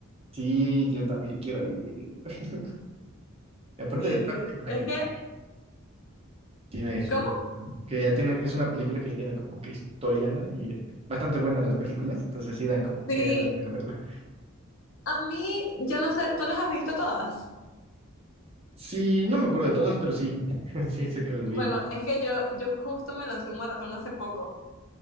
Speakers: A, on the right; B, on the left.
A: sí, yo también quiero ir. <laughs> Y aparte
B: Y
A: es una película
B: es
A: que
B: que,
A: ya tiene su...
B: ¿cómo?
A: ritmo, ¿no? Que ya tiene, es una película que ya tiene como que historia, ¿no? Y eh, bastante buenas las películas, entonces sí dan como
B: Sí,
A: que ganas de ir a verla.
B: a mí, yo no sé, ¿tú las has visto todas?
A: Sí, no me acuerdo de todas, pero sí. <laughs> Sí, sé que las
B: Bueno,
A: vi todas.
B: es que yo, yo justo me lancé un maratón hace poco,